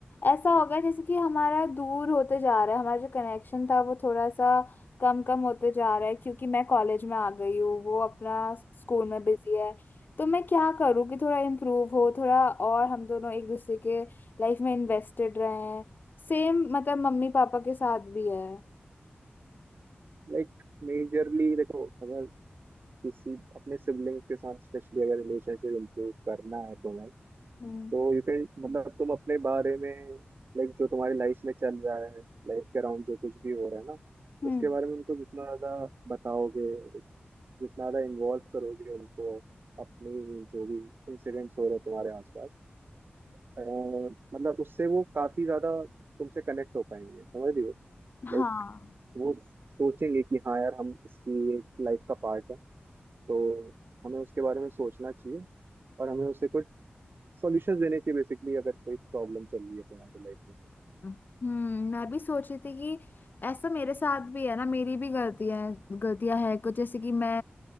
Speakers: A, on the left (about 50°); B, on the right (about 60°).
A: ऐसा हो गया जैसे कि हमारा दूर होते जा रहा है हमारा जो कनेक्शन था वो थोड़ा सा कम कम होते जा रहा है क्योंकि मैं कॉलेज में आ गई हूँ वो अपना स्कूल में बिजी है तो मैं क्या करूँ कि थोड़ा इम्प्रूव हो थोड़ा और हम दोनों एक दूसरे के लाइफ में इन्वेस्टेड रहें सेम मतलब मम्मी पापा के साथ भी है
B: लाइक मेजरली देखो अगर किसी अपने सिबलिंग्स के साथ स्पेशली अगर रिलेशनशिप इम्प्रूव करना है तुम्हें
A: हम्म
B: तो यू कैन मतलब तुम अपने बारे में लाइक जो तुम्हारी लाइफ में चल रहा है लाइफ के अराउंड जो कुछ भी हो रहा है ना
A: हम्म
B: उसके बारे में उनको जितना ज्यादा बताओगे उस- जितना ज्यादा इन्वॉल्व करोगे उनको अपनी जो भी इंसिडेंट्स हो रहे हैं तुम्हारे आसपास अ, मतलब उससे वो काफी ज्यादा तुमसे कनेक्ट हो पाएंगे समझ रही हो
A: हाँ
B: लाइक वो सोचेंगे कि हाँ यार हम इसकी एक लाइफ का पार्ट है तो हमें उसके बारे में सोचना चाहिए और हमें उससे कुछ सॉल्यूशंस देने चाहिए बेसिकली अगर कोई प्रॉब्लम चल रही है तुम्हारी लाइफ में
A: हम्म मैं भी सोच रही थी कि ऐसा मेरे साथ भी है ना मेरी भी गलतियां गलतियां है कुछ जैसे कि मैं